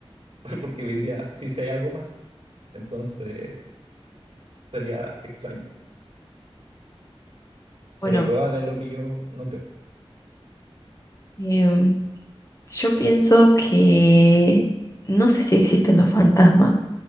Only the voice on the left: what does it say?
Bueno,
em, yo pienso que no sé si existen los fantasmas,